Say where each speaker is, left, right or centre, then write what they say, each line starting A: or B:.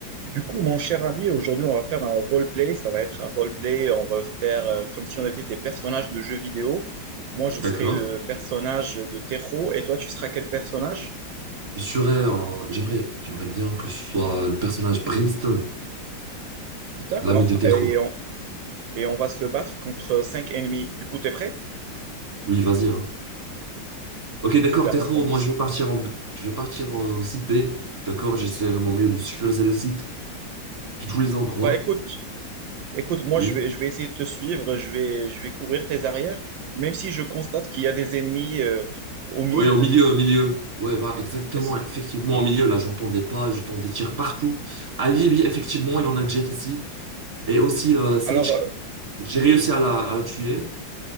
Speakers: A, on the right (about 75°); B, on the right (about 20°).
A: Du coup, mon cher ami, aujourd'hui, on va faire un roleplay. Ça va être un roleplay. On va faire euh, comme si on était des personnages de jeux vidéo. Moi, je
B: D'accord.
A: serai le personnage de Tero et toi, tu seras quel personnage?
B: Je serais un- J'aimerais, j'aimerais bien que ce soit le personnage Brimstone,
A: D'accord.
B: l'ami de Tejo.
A: Et on, et on va se battre contre cinq ennemis. Du coup, t'es prêt?
B: Oui, vas-y, hein. Ok, d'accord,
A: Super,
B: Tejo,
A: on commence.
B: moi je vais partir en... je vais partir euh, au site B. D'accord, j'essaierai mon mieux de sécuriser le site de tous les endroits.
A: Bah, écoute, écoute, moi,
B: Oui.
A: je vais, je vais essayer de te suivre. Je vais, je vais couvrir tes arrières, même si je constate qu'il y a des ennemis euh, au mid.
B: Oui, au milieu, au milieu. Ouais, bah, exactement,
A: Est-ce-
B: effectivement, au milieu. Là, j'entends des pas, j'entends des tirs partout. Ah oui, oui, effectivement, il y en a Jet ici. Et aussi, euh, Sage,
A: Alors, euh,
B: j'ai réussi à la, à la tuer.